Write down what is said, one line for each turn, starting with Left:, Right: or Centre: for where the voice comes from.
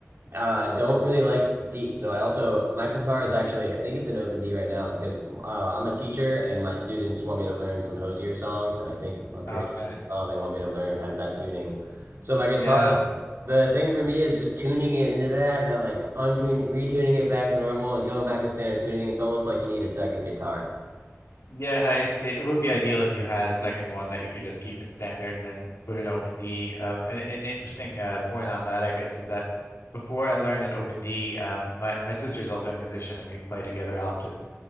Right: uh, don't really like D. So I also my guitar is actually I think it's an open D right now because uh, I'm a teacher and my students want me to learn some Hosier songs and I think I'm pretty
Left: Okay.
Right: sure the song they want me to learn has that tuning. So my guitar
Left: Yeah.
Right: is the thing for me is just tuning it into that and then like untuning retuning it back to normal and going back to standard tuning. It's almost like you need a second guitar.
Left: Yeah, it it would be ideal if you had a second one that you could just keep in standard and then put in OpenD. Um, an, an interesting uh, point on that, I guess, is that before I learned in OpenD, um, my my sister's also a musician and we play together often.